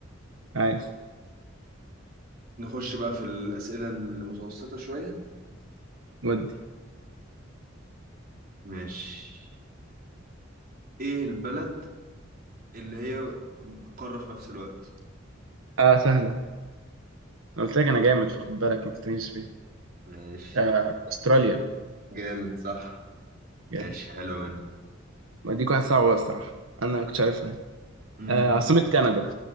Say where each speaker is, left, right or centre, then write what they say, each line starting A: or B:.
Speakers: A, on the right; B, on the right.
A: عايز
B: نخش بقى في الأسئلة المتوسطة شوية
A: ودي
B: ماشي ايه البلد اللي هي قارة في نفس الوقت
A: آه سهلة أنا قلت لك أنا جامد فخد بالك ما تستهينش بيا
B: ماشي
A: آه، استراليا
B: جامد صح
A: يعني
B: ماشي حلو منك
A: ما دي واحد صعبة بقى الصراحة انا كنت عارفها
B: امم
A: آه، عاصمة كندا